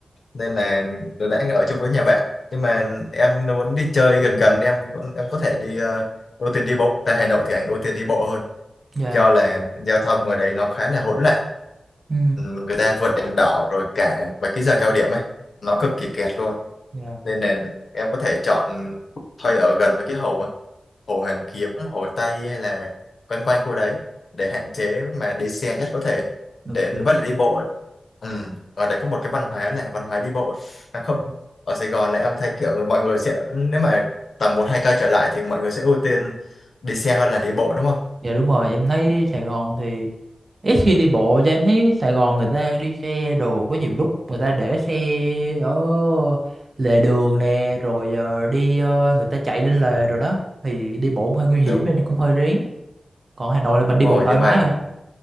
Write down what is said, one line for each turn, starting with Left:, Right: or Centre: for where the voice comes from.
Left: nên là đỡ đã ở chung với nhà bạn nhưng mà em nếu muốn đi chơi gần gần em cũng- em có thể đi ờ, ưu tiên đi bộ tại Hà Nội thì anh ưu tiên đi bộ hơn
Right: dạ
Left: do là giao thông ngoài đấy nó khá là hỗn loạn
Right: ừ
Left: Ừ, người ta vượt đèn đỏ rồi cả và cái giờ cao điểm ấy nó cực kỳ kẹt luôn
Right: dạ
Left: nên là em có thể chọn thuê ở gần với cái hồ á, hồ Hoàn Kiếm hồ Tây hay là quanh quanh khu đấy để hạn chế mà đi xe nhất có thể
Right: ok
Left: để nó vẫn là đi bộ ừ. ở đây có một cái văn hóa là văn hóa đi bộ à, không
Right: ừ.
Left: ở Sài Gòn này em thấy kiểu người mọi người sẽ nếu mà tầm một hai cây trở lại thì mọi người sẽ ưu tiên đi xe hơn là đi bộ đúng không
Right: dạ đúng rồi em thấy Sài Gòn thì ít khi đi bộ cho em thấy Sài Gòn người ta đi xe đồ có nhiều lúc người ta để xe ở lề đường nè rồi ờ, đi ờ, người ta chạy lên lề rồi đó thì đi bộ cũng hơi nguy hiểm
Left: đúng
Right: nên cũng hơi rén còn Hà Nội là mình
Left: đúng
Right: đi
Left: rồi
Right: bộ thoải
Left: nhưng
Right: mái
Left: mà
Right: à